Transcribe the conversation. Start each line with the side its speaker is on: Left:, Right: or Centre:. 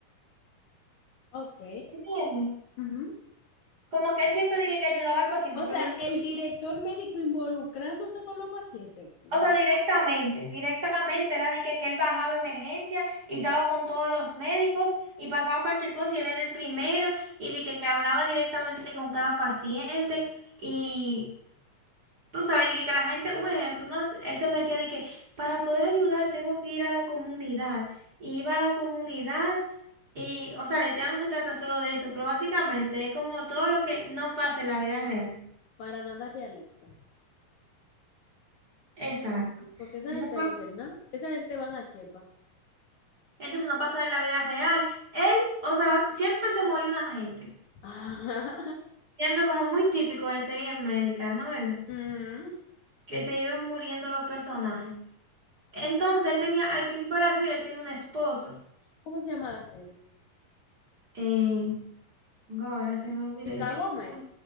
Left: Ok.
Right: ¿Entiendes?
Left: Ujú.
Right: Como que él siempre dije que ayudaba al paciente,
Left: O
Right: pero
Left: sea,
Right: de una
Left: el director médico involucrándose con los pacientes, guau,
Right: O sea, directamente, directamente era de que, que él bajaba a emergencia y estaba con todos los médicos y pasaba cualquier cosa y él era el primero y de que, que hablaba directamente con cada paciente y tú sabes, de que, que la gente, un ejemplo, uno- él se metía de que para poder ayudar tengo que ir a la comunidad y iba a la comunidad y, o sea, la historia no se trata solo de eso, pero básicamente es como todo lo que no pasa en la vida real.
Left: para nada realista.
Right: Exacto.
Left: Porque esa
Right: No
Left: gente
Right: pasa
Left: no hace nada. Esa gente van a Chepa.
Right: Entonces no pasa en la vida real. Él, o sea, siempre se murió una gente.
Left: Ah,
Right: Siempre como muy típico de serie médica, ¿no? ¿Verdad?
Left: <laughs> mm.
Right: Que se iban muriendo los personajes. Entonces él tenía, al principio de la serie, él tenía una esposa.
Left: ¿Cómo se llama la serie?
Right: Eh, no, ahora se me olvidó.
Left: Chicago
Right: Yo sé que se
Left: Med.
Right: llama